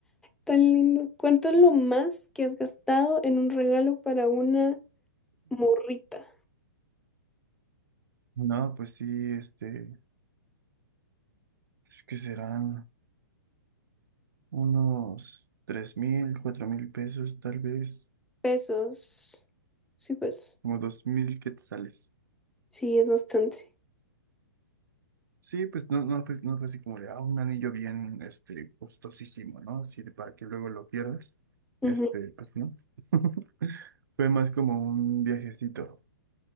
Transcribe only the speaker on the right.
No, pues sí, este, que serán unos tres mil, cuatro mil pesos, tal vez,
como dos mil quetzales.
Sí, pues no, no, fue, no fue así como de, ah, un anillo bien, este, costosísimo, ¿no? Así de para que luego lo pierdas.
Este, pues no. <laughs> Fue más como un viajecito.